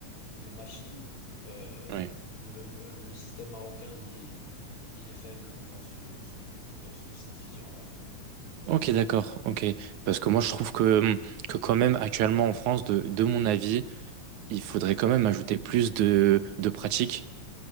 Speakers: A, on the left; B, on the right.
A: ou des machines, euh,
B: oui.
A: le, le système marocain, il, il est faible dans ce, ce- dans ce- cette vision-là.
B: Ok, d'accord. Ok, parce que moi je trouve que hum, que quand même actuellement en France, de de mon avis. Il faudrait
A: Mhm.
B: quand même ajouter plus de, de pratiques,